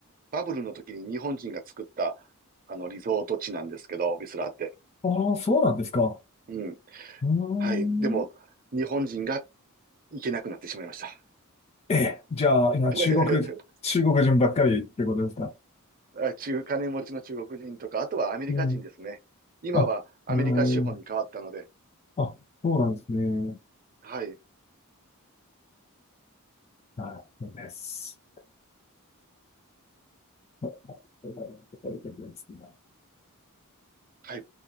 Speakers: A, on the right (about 40°); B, on the left (about 30°).
A: バブルの時に日本人が作った、あの、リゾート地なんですけど、ウィスラーって。
B: あー、そうなんですか。
A: うん。
B: うーん。
A: はい。でも、日本人が行けなくなってしまいました。
B: ええ、じゃあ、今、
A: <laughs>
B: 中国、中国人ばっかりってことですか。
A: あ中、金持ちの中国人とか、あとはアメリカ人ですね。
B: うん。
A: 今はアメリカ資本に変わったので、
B: あ、うん。あ、そうなんですね。
A: はい。
B: なるほどい、そうです。そういうことですね
A: はい